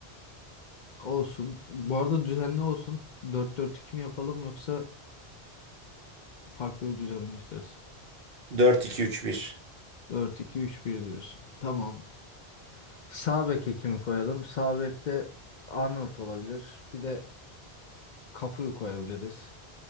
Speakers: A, on the left; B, on the right.
A: Olsun. Bu arada düzenli olsun. Dört dört 2 mi yapalım yoksa farklı bir düzen mi istersin?
B: dört iki üç bir
A: Dört iki üç bir diyorsun. Tamam. Sağ beke kimi koyalım? Sağ bekte Arnold olabilir. Bir de Cafu'yu koyabiliriz.